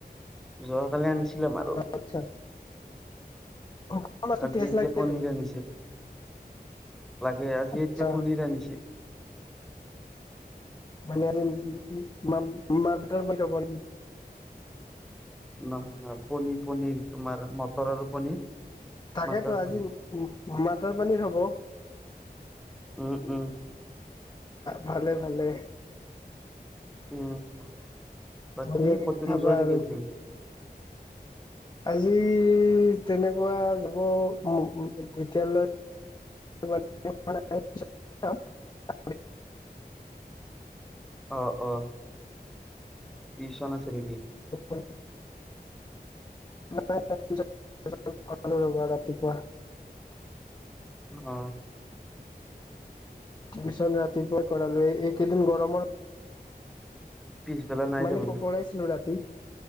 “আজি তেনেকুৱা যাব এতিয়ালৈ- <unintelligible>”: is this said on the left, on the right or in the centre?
Left